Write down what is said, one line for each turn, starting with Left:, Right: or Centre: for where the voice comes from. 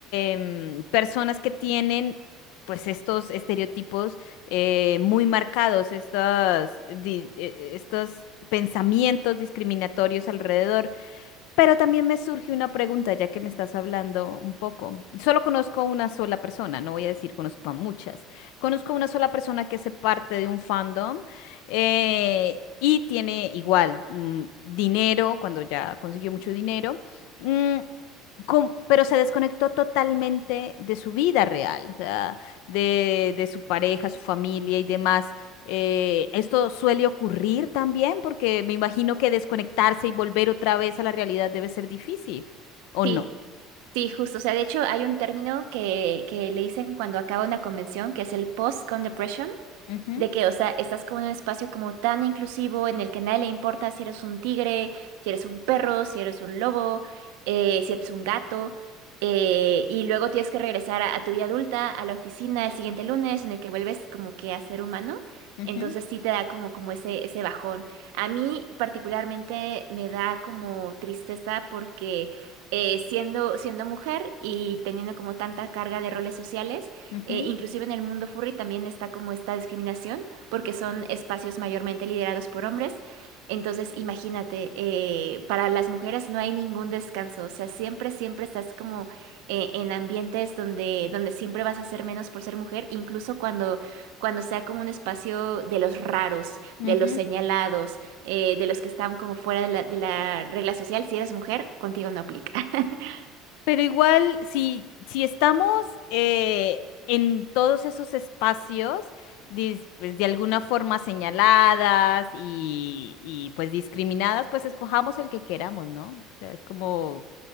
Left: em, personas que tienen pues estos estereotipos eh, muy marcados, estos, estos pensamientos discriminatorios alrededor. Pero también me surge una pregunta, ya que me estás hablando un poco. Solo conozco una sola persona, no voy a decir conozco a muchas. Conozco una sola persona que hace parte de un fandom eh, y tiene igual mm, dinero, cuando ya consiguió mucho dinero. mm, com- pero se desconectó totalmente de su vida real, o sea, de, de su pareja, su familia y demás. Eh, esto suele ocurrir también porque me imagino que desconectarse y volver otra vez a la realidad debe ser difícil, ¿o
Right: Sí,
Left: no?
Right: sí, justo. O sea, de hecho, hay un término que, que le dicen cuando acaba una convención, que es el post-con depression,
Left: Ujú,
Right: De que, o sea, estás como en un espacio como tan inclusivo en el que a nadie le importa si eres un tigre, si eres un perro, si eres un lobo, eh, si eres un gato, eh, y luego tienes que regresar a, a tu vida adulta, a la oficina el siguiente lunes en el que vuelves como que a ser humano.
Left: ujú,
Right: Entonces sí te da como, como ese, ese bajón. A mí particularmente me da como tristeza porque eh, siendo, siendo mujer y teniendo como tanta carga de roles sociales,
Left: ujú,
Right: eh, inclusive en el mundo furry también está como esta discriminación, porque son espacios mayormente liderados por hombres. Entonces, imagínate, eh, para las mujeres no hay ningún descanso, o sea, siempre, siempre estás como eh, en ambientes donde, donde siempre vas a ser menos por ser mujer, incluso cuando, cuando sea como un espacio de los raros,
Left: sí.
Right: de los señalados, eh, de los que están como fuera de la, de la regla social, si eres mujer, contigo no aplica. <laughs>
Left: Pero igual, si, si estamos eh, en todos esos espacios, dis- pues, de alguna forma señaladas y, y, pues discriminadas, pues escojamos el que queramos, ¿no? O sea, es como